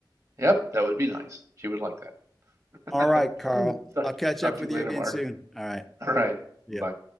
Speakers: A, on the right; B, in the centre.
A: yep, that would be nice. She would like that.
B: All right,
A: <laughs>
B: Carl,
A: Talk,
B: I'll catch
A: talk
B: up
A: to
B: with
A: you later,
B: you again
A: Mark.
B: soon. All right,
A: All right,
B: yeah.
A: bye.